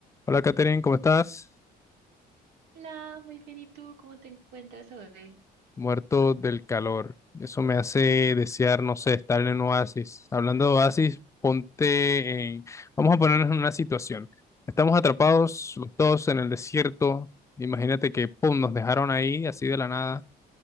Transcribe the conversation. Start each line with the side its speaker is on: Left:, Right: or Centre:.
Left: Hola Katherine, ¿cómo estás?
Right: Hola, muy bien. ¿Y tú cómo te encuentras hoy?
Left: Muerto del calor. Eso me hace desear, no sé, estar en un oasis. Hablando de oasis, ponte en... Vamos a ponernos en una situación. Estamos atrapados los dos en el desierto. Imagínate que, pum, nos dejaron ahí, así de la nada.